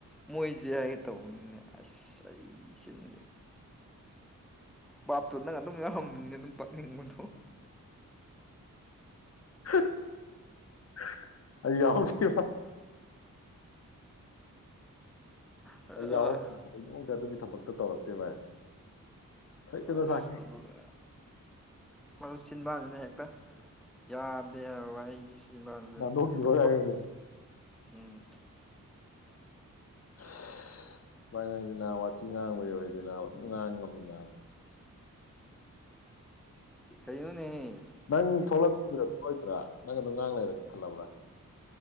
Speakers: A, in the centre; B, on the left (about 45°).
A: ꯃꯣꯏꯁꯦ ꯍꯥꯏꯒꯦ ꯇꯧꯕꯅꯤꯅꯦ ꯑꯁ ꯑꯩꯒꯤ ꯆꯤꯟꯁꯤ ꯕꯥꯞ ꯇꯨ ꯅꯪ ꯑꯗꯨꯝ ꯌꯥꯎꯔꯝ ꯃꯤꯡꯗꯤ ꯑꯗꯨ ꯄꯛꯅꯤꯡꯕꯗꯣ
B: ꯍꯤꯛ ꯍ ꯑꯩ ꯌꯥꯎꯍꯧꯗꯦ
A: ꯑ
B: ꯑꯩ ꯌꯥꯎꯔꯛꯇꯦ ꯑꯩ ꯅꯣꯡꯃꯇ ꯑꯗꯨꯒꯤ ꯊꯕꯛꯇꯨ ꯇꯧꯔꯛꯇꯦ ꯚꯥꯏ ꯍ ꯁꯩꯇꯅ
A: ꯑꯁ
B: ꯁꯥꯈꯤ
A: ꯑꯗꯨꯅ ꯑꯗꯨ ꯆꯤꯟꯕꯥꯟꯁꯤꯅ ꯍꯦꯛꯇ ꯌꯥꯗꯦ ꯍꯥꯏꯕ ꯚꯥꯏ ꯑꯩꯒꯤꯁꯤ ꯆꯤꯟꯕꯥꯟꯁꯦ
B: ꯅꯥꯟꯊꯣꯛꯈꯤꯕ
A: ꯍꯩꯇꯞꯄ
B: ꯀꯥꯏꯅꯅꯦ
A: ꯎꯨꯝ
B: ꯍꯁ ꯚꯥꯏ ꯅꯪꯗꯤ ꯅꯥꯕ ꯋꯥꯊꯤ ꯉꯥꯡꯕꯩ ꯑꯣꯏꯔꯗꯤ ꯅꯥꯕ ꯑꯗꯨꯝ ꯉꯥꯡ ꯉꯝꯃꯤ ꯅꯥꯕ
A: ꯀꯩꯅꯨꯅꯦꯍꯦ
B: ꯅꯪ ꯊꯣꯛꯂꯛꯇꯨꯏꯔꯥ ꯊꯣꯛꯂꯛꯑꯣꯏꯗꯣꯏꯔꯥ ꯃꯔꯝ ꯀꯗꯨꯝ ꯉꯥꯡꯂ ꯂꯩꯔꯒꯦ ꯈꯜꯂꯕ꯭ꯔꯥ